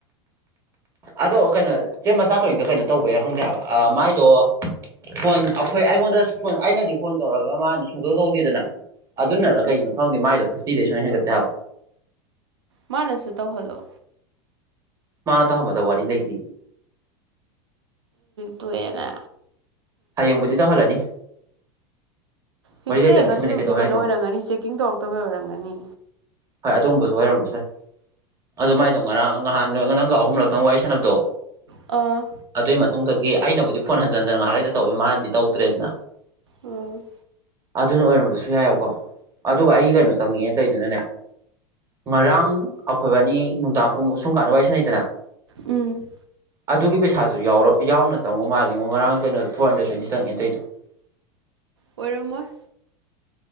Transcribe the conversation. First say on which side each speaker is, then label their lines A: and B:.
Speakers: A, on the right; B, on the right.
A: ꯑꯗꯣ ꯀꯩꯅꯣ ꯆꯦ ꯃꯆꯥ ꯇꯗꯣ ꯀꯩꯅꯣ ꯇꯧꯕ ꯌꯥ ꯈꯪꯗꯦ ꯍꯥꯏꯕ ꯃꯥꯏꯗꯣ ꯐꯣꯟ ꯑꯩꯈꯣꯏ ꯑꯩꯉꯣꯟꯗ ꯐꯣꯟ ꯑꯩꯅꯗꯤ ꯐꯣꯟ ꯇꯧꯔꯒ ꯃꯥꯗꯤ ꯁꯨꯡꯇꯧ ꯇꯧꯗꯦꯗꯅ ꯑꯗꯨꯅꯔ
B: ꯎꯝ
A: ꯀꯒꯤꯅꯣ ꯈꯪꯗꯦ ꯃꯒꯤꯗꯣ ꯐꯤꯐꯇꯤ ꯗꯩ ꯁꯨꯍꯦꯟ ꯍꯦꯟꯒꯠꯇꯦ ꯍꯥꯏꯕ
B: ꯃꯥꯅꯁꯨ ꯇꯧꯍꯜꯂꯣ
A: ꯃꯥꯅ ꯇꯧꯍꯥꯟꯕꯗ ꯋꯥꯔꯤ ꯂꯩꯇꯦ
B: ꯇꯣꯑꯅ
A: ꯍꯌꯦꯡꯕꯨꯗꯤ ꯇꯧꯍꯜꯂꯅꯤ
B: ꯐꯤꯐꯇꯤꯗ
A: ꯋꯥꯔꯤ ꯂꯩꯇꯅ
B: ꯍꯦꯟꯒꯠꯇ꯭ꯔꯤꯗꯨꯕꯨꯗꯤ
A: ꯑꯁꯦꯡꯕꯅꯤ ꯀꯩꯗꯧ ꯍꯥꯏꯅꯣ
B: ꯀꯩꯅꯣ ꯑꯣꯏꯔꯝꯒꯅꯤ ꯆꯦꯛꯀꯤꯡ ꯇꯧꯔꯛꯇꯕꯩ ꯑꯣꯏꯔꯝꯒꯅꯤ
A: ꯐꯣꯏ ꯑꯗꯨꯒꯨꯝꯕꯁꯨ ꯑꯣꯏꯔꯝꯕꯁꯨ ꯌꯥꯏ ꯑꯗꯨꯃꯥꯏꯅꯗꯧ ꯉꯔꯥꯡ ꯅꯍꯥꯟ ꯅꯣꯏ ꯅꯪꯒ ꯑꯍꯨꯝꯂꯛꯇꯪ ꯋꯥꯔꯤ ꯁꯥꯟꯅꯕꯗꯣ
B: ꯑ
A: ꯑꯗꯨꯏ ꯃꯇꯨꯡꯗꯒꯤ ꯑꯩꯅꯕꯨꯗꯤ ꯐꯣꯟ ꯍꯟꯖꯤꯟ ꯍꯟꯅ ꯉꯍꯥꯛꯩꯇ ꯇꯧꯋꯏ ꯃꯥꯍꯥꯟꯗꯤ ꯇꯧꯗ꯭ꯔꯦꯗꯅ
B: ꯑꯝ
A: ꯑꯗꯨꯅ ꯑꯣꯏꯔꯝꯕꯁꯨ ꯌꯥꯏꯑꯕꯀꯣ ꯑꯗꯨꯒ ꯑꯩ ꯀꯩꯅꯣ ꯆꯪꯉꯦꯅ ꯇꯩꯗꯨꯅꯅꯦ ꯉꯔꯥꯡ ꯑꯩꯈꯣꯏꯕꯥꯅꯤ ꯅꯨꯡꯗꯥꯡ ꯄꯨꯡ ꯁꯨꯝ ꯀꯥꯟꯅꯕ ꯋꯥꯔꯤ ꯁꯥꯟꯅꯩꯗꯅ
B: ꯎꯝ
A: ꯑꯗꯨꯒꯤ ꯄꯩꯁꯥꯁꯨ ꯌꯥꯎꯔ ꯌꯥꯎꯅ ꯆꯪꯉꯣ ꯃꯥꯜꯂꯤꯉꯣ ꯉꯔꯥꯡ ꯀꯩꯅꯣ ꯐꯣꯔ ꯍꯟꯗ꯭ꯔꯦꯗ ꯇ꯭ꯋꯦꯟꯇꯤ ꯆꯪꯉꯦꯅꯇꯩꯗꯣ <inaudible> <inaudible>
B: ꯑꯣꯏꯔꯝꯃꯣꯏ